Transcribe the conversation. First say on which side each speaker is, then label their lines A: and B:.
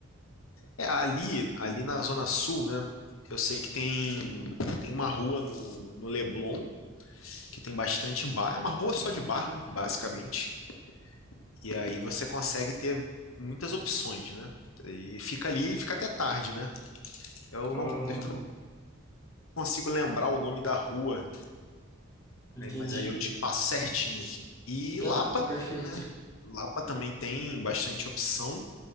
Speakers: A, on the left; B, on the left.
A: É, ali, ali na Zona Sul, né, eu sei que tem, tem uma rua no, no Leblon, que tem bastante bar. É uma rua só de bar, né, basicamente. E aí você consegue ter muitas opções, né? E fica ali e fica até tarde, né? Eu
B: Ah,
A: não, eu não consigo lembrar o nome da rua,
B: entendi.
A: aí- mas aí eu te passo certinho. E
B: Não,
A: Lapa,
B: perfeito.
A: né? Lapa também tem bastante opção.